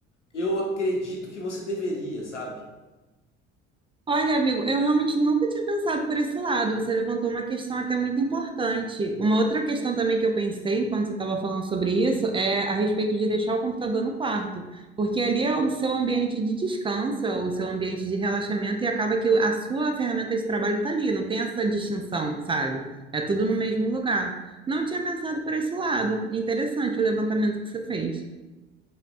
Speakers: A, on the left; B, on the right.
A: eu acredito que você deveria, sabe?
B: Olha, amigo, eu realmente nunca tinha pensado por esse lado. Você levantou uma questão até muito importante. Uma outra questão também que eu pensei enquanto você estava falando sobre isso é a respeito de deixar o computador no quarto, porque ali é o seu ambiente de descanso, é o seu ambiente de relaxamento e acaba que a sua ferramenta de trabalho está ali, não tem essa distinção, sabe? É tudo no mesmo lugar. Não tinha pensado por esse lado. Interessante o levantamento que você fez.